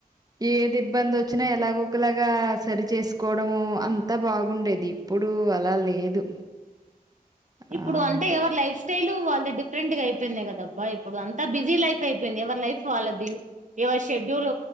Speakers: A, on the right (about 25°); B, on the right (about 55°).
A: ఏది ఇబ్బంది వచ్చినా ఎలాగో ఒకలాగా సరిచేసుకోవడము అంతా బాగుండేది ఇప్పుడు అలా లేదు
B: ఇప్పుడు
A: ఆ
B: అంటే
A: అంతే
B: ఎవరి లైఫ్ స్టైల్ వాళ్ళు డిఫరెంట్ గా అయిపోయింది కదా అబ్బా ఇప్పుడుఅంతా బిజీ లైఫ్ అయింది ఎవరి లైఫ్ వాళ్ళది ఎవర్ షెడ్యూల్